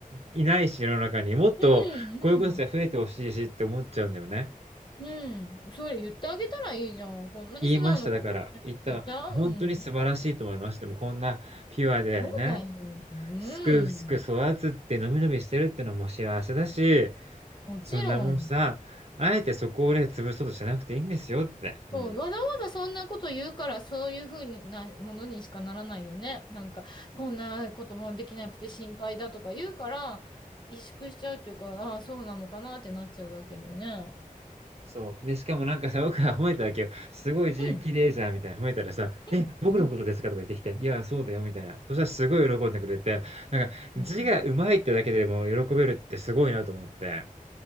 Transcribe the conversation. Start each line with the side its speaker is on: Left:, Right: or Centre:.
Right: いないし、世の中にもっとこういう子たちが増えてほしいしって思っちゃうんだよね。
Left: うんうんそれ言ってあげたらいいじゃん。こんなに素直な子
Right: 言いました、だから。言ったら、
Left: いたうん。
Right: 本当に素晴らしいと思いました。でもこんなピュアでね、
Left: そうだよ。うん。
Right: すくすく育つって、のびのびしてるってのも幸せだし、
Left: もちろん。
Right: そんなもんさ、あえてそこをね、潰そうとしなくていいんですよって。うん。
Left: そう、わざわざそんなこと言うから、そういうふうなものにしかならないよね。なんか、こんなこともできなくて心配だとか言うから、萎縮しちゃうっていうか、ああ、そうなのかなってなっちゃうだけでね。
Right: そう。で、しかもなんかさ、僕が褒めたわけよ。すごい字綺麗じゃんみたいな褒めたらさ、
Left: うん、うん、
Right: え、僕のことですかとか言ってきて、
Left: うん。
Right: いや、そうだよみたいな。そしたらすごい喜んでくれて、なんか字が上手いってだけでも喜べるってすごいなと思って。
Left: うん